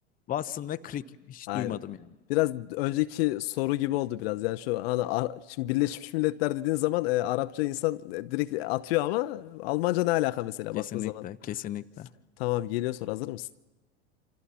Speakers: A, on the left; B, on the left.
A: Watson ve Crick hiç
B: Aynen.
A: duymadım yani.
B: Biraz önceki soru gibi oldu biraz. Yani şu an Ar- şimdi Birleşmiş Milletler dediğin zaman e, Arapça insan e, direkt atıyor ama Almanca ne alaka mesela
A: Kesinlikle,
B: baktığın zaman.
A: kesinlikle.
B: Tamam geliyor soru hazır mısın?